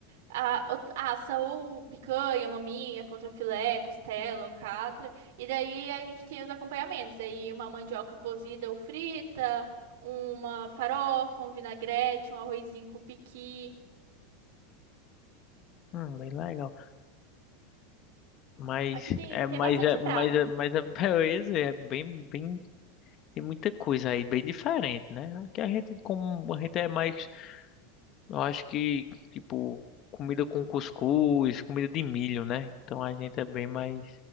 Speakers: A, on the right; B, on the left.
A: A, o- assa ou picanha, maminha, contrafilé, costela, alcatra. E daí a gente tem os acompanhamentos. Aí uma mandioca cozida ou frita, uma farofa, um vinagrete, um arrozinho com piqui.
B: Hum, bem legal. Mas
A: Aqui tem,
B: é,
A: tem
B: mas
A: bastante
B: é, mas
A: prato.
B: é, mas é, <laughs> beleza, é bem, bem, tem muita coisa aí bem diferente, né? Aqui a gente como a gente é mais Eu acho que, tipo, comida com cuscuz, comida de milho, né? Então a gente é bem mais.